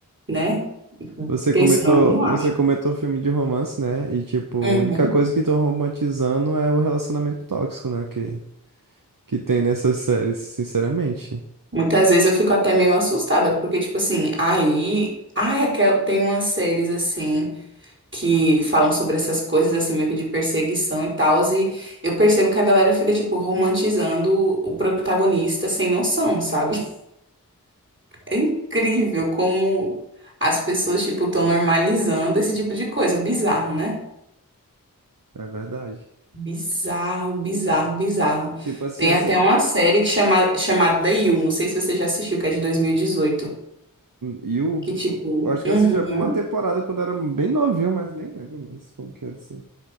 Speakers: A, on the right; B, on the right.
A: né,
B: você
A: pensando,
B: comentou,
A: não acho.
B: você comentou filme de romance, né? E tipo, a
A: Uhum.
B: única coisa que estão romantizando é o relacionamento tóxico, né? Que, que tem nessas séries, sinceramente.
A: Muitas vezes eu fico até meio assustada, porque, tipo assim, aí. Ai, aquel- tem umas séries assim que falam sobre essas coisas, assim, meio que de perseguição e tal, e eu percebo que a galera fica, tipo, romantizando o protagonista sem noção, sabe? <laughs> É incrível como as pessoas, tipo, estão normalizando esse tipo de coisa. Bizarro, né?
B: É verdade.
A: Bizarro, bizarro, bizarro.
B: Tipo assim,
A: Tem
B: essa.
A: até uma série que chama, chamada You, não sei se você já assistiu, que é de dois mil e dezoito
B: You.
A: Que tipo,
B: Eu acho que
A: uhum.
B: eu assisti uma temporada quando era bem novinho, mas nem lembro mais como que era assim.